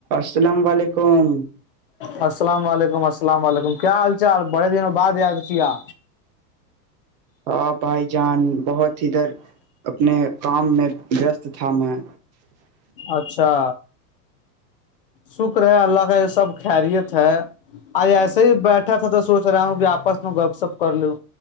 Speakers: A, on the right (about 25°); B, on the left (about 35°).
A: السلام علیکم
B: السلام علیکم السلام علیکم کیا حال چال بڑے دنوں بعد یاد کیا
A: آ بھائی جان بہت ادھر اپنے کام میں وست تھا میں
B: اچھا شکر ہے اللہ ہے یہ سب خریت ہے آج ایسے ہی بیٹھا تھا تو سوچ رہا ہوں کہ آپس میں گپ سپ کر لو